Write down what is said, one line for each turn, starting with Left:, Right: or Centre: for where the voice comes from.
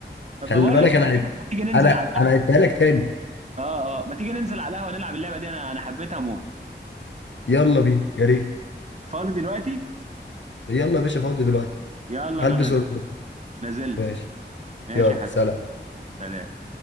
Right: طب
Left: خلي
Right: ما بقول
Left: بالك
Right: لك إيه،
Left: انا
Right: ما
Left: عيد-
Right: تيجي ما تيجي ننزل
Left: انا
Right: على القهوه
Left: انا هديها لك تاني
Right: اه اه ما تيجي ننزل على القهوه نلعب اللعبه دي انا انا حبيتها موت
Left: يلا بينا يا ريت
Right: فاضي دلوقتي
Left: يلا يا باشا فاضي دلوقتي
Right: يلا
Left: هلبس
Right: انا نازل
Left: وانزل
Right: نازل
Left: ماشي
Right: ماشي
Left: يلا
Right: يا حبيبي
Left: سلام
Right: سلام